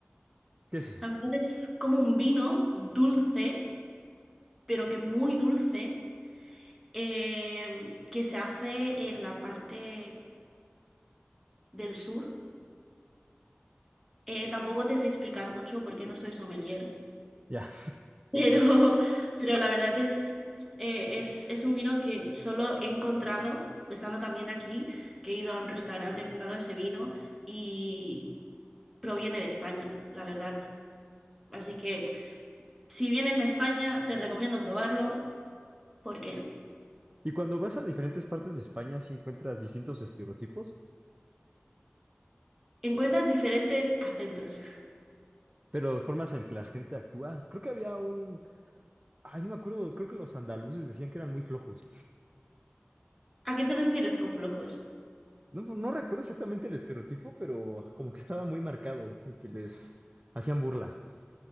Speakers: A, on the right; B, in the centre.
A: ¿qué es eso?
B: La verdad es como un vino dulce, pero que muy dulce, eh, que se hace en la parte del sur. Eh, tampoco te sé explicar mucho porque no soy sommelier,
A: Ya.
B: <laughs> Pero, pero la verdad es, eh, es, es un vino que solo he encontrado, estando también aquí, que he ido a un restaurante, me han dado ese vino y proviene de España, la verdad. Así que si vienes a España, te recomiendo probarlo, ¿por qué no?
A: Y cuando vas a diferentes partes de España, si encuentras distintos estereotipos.
B: Encuentras diferentes acentos.
A: Pero de formas en que la gente actúa. Creo que había un... Ay, no me acuerdo, creo que los andaluces decían que eran muy flojos.
B: ¿A qué te refieres con flojos?
A: No, no recuerdo exactamente el estereotipo, pero como que estaba muy marcado y que les hacían burla.